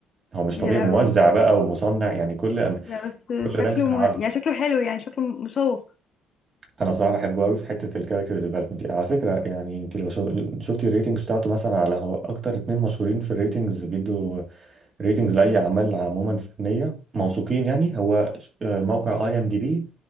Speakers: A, on the right; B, on the left.
A: هو مش
B: يا
A: طبيعي
B: لهوي
A: موزع بقى ومصنع يعني كل
B: لا بس
A: كل
B: شكله
A: رانكس العالي
B: مه... يعني شكله حلو يعني شكله مشوق
A: انا صراحه بحبه قوي في حته الكاركتر ديفلوبمنت دي على فكره يعني انت لو شو- شفتي الريتنجز بتاعته مثلا على هو اكتر اتنين مشهورين في الريتنجز بيدوا ريتنجز لاي اعمال عموما فنيه موثوقين يعني هو ش- آه، موقع اي ام دي بي